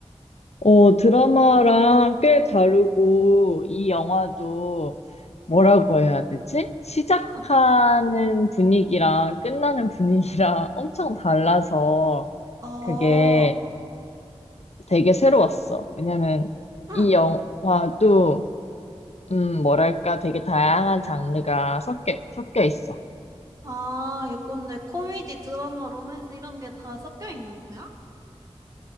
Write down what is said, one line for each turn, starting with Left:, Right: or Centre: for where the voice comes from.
Left: 어, 드라마랑 꽤 다르고, 이 영화도 뭐라고 해야 되지? 시작하는
Right: 응.
Left: 분위기랑 끝나는 분위기랑 <laughs> 엄청 달라서
Right: 아,
Left: 그게 되게 새로웠어. 왜냐면
Right: 응.
Left: 이 영화도, 음, 뭐랄까, 되게 다양한 장르가 섞여, 섞여 있어.
Right: 아, 예컨대 코미디, 드라마, 로맨스 이런 게 다 섞여 있는 거야?